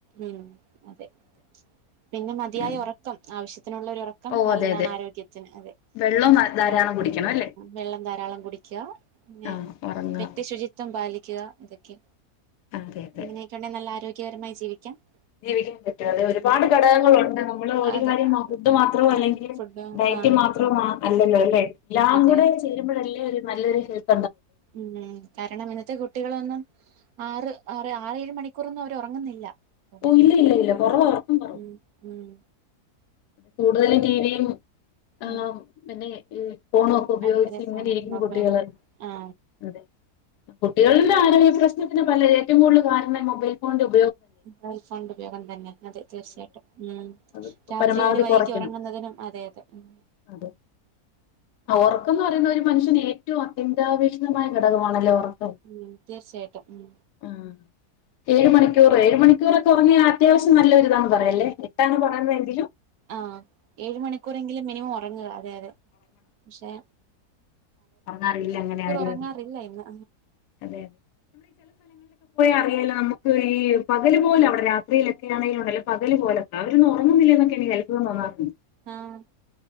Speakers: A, on the right (about 70°); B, on the left (about 80°).
A: ഉം അതെ പിന്നെ മതിയായ
B: ഉം
A: ഉറക്കം ആവശ്യ ത്തിനുള്ളൊരു റക്കം
B: ഓ
A: നല്ലതാണ്
B: അതെ അതെ
A: ആരോഗ്യത്തിന് അതെ
B: വെള്ളം
A: എത്ര
B: ധാരാളം കുടിക്കണം അല്ലേ
A: വെള്ളം ധാരാളം കുടിക്കുക പിന്നെ
B: ആഹ് ഉറങ്ങുക
A: വ്യക്തി ശുചിത്വം പാലി ക്ക്യാ ഇതൊക്കെ
B: അതെ അതെ
A: അങ്ങനെയൊക്കെണ്ടെ നല്ല ആരോഗ്യ കേരമായി ജീവി ക്യാം
B: ജീവിക്കാൻ പറ്റും അതെ ഒരുപാട് ഘടകങ്ങളുണ്ട് നമ്മള് ഒരു
A: അതെ
B: കാര്യം മാ
A: ആരോഗ്യം
B: ഫുഡ് മാത്രോ അല്ലെങ്കിൽ
A: ഫുഡ്
B: ഡയറ്റ്
A: ആ
B: മാത്രമോ അല്ലല്ലോല്ലെ എല്ലാം
A: അതെ
B: കൂടെ
A: അതെ
B: ചേരുമ്പോഴല്ലേ ഒരു നല്ലൊരു ഹെൽ ത്ത്
A: ഉം കാരണം ഇന്നത്തെ കുട്ടികളൊന്നും ആറ് ആ ആറേഴ് മണിക്കൂറൊന്നും അവർ ഉറങ്ങുന്നില്ല അപ്പൊ
B: പ്പൊ
A: പിന്നെ
B: ഇല്ലല്ല കുറവാ ഒർക്കം കുറവാ
A: ഉം
B: കൂടുതലും ടിവിയും ആ
A: ഉം
B: മന്നെ ഉം ഫോണൊക്കെ ഉപയോഗിച്ച്
A: അതെ അതെ
B: ഇങ്ങനെയിരിക്കും
A: ഫോണൊക്കെ നോക്ക
B: കുട്ടികള്
A: ആ
B: അതെ കുട്ടികളിലെ ആരോഗ്യ പ്രശ് <unintelligible> ഏറ്റവും കൂടുതൽ കാരണം മൊബൈൽ ഫോണിന്റെ ഉപ
A: മൊബൈൽ ഫോൺന്റെ ഉപയോഗം തന്നെ അതെ തീർച്ചയായിട്ടും ഉം
B: അത്
A: രാ
B: പരമാവധി
A: ഇത്തിരി ഒരു വൈകി
B: കൊറയ്ക്കണം.
A: ഉറങ്ങുന്നതിനും അതെ അതെ ഉം
B: അതെ ആഹ് ഒറക്കംന്ന് പറയുന്ന ഒരു മനുഷ്യന് ഏറ്റവും അത്യന്താപേക്ഷിതമായ ഘടകമാണല്ലോ ഒറക്കം.
A: ഉം തീർച്ചയായിട്ടും ഉം
B: ആഹ് ഏഴ് മണിക്കൂർഏഴ് മണിക്കൂറക്കെ ഒർങ്ങിയാഅത്യാവശ്യം നല്ല ഒരുതാന്ന് പറ അതല്ലേ എട്ടാണ് പറയുന്നതെങ്കി
A: ആ ഏഴ് മണിക്കൂറെങ്കിലും മിനിമം ഒറങ്ങുക അതെ അതെ പക്ഷേ
B: അന്ന് അറിയില്ല എങ്ങനെ ആയിരുന്നെന്ന്
A: ഉറങ്ങാറില്ല ഇന്ന്
B: അതെ അറിയില്ല നമ്മുക്ക് ഈ പകല് പോലെ അവിടെ രാത്രിയിലൊക്കെ ആണെങ്കിലും ഉണ്ടല്ലോ പകല് പോലൊക്ക ഉറങ്ങുന്നില്ല എന്നൊക്കെ <unintelligible>
A: ആഹ്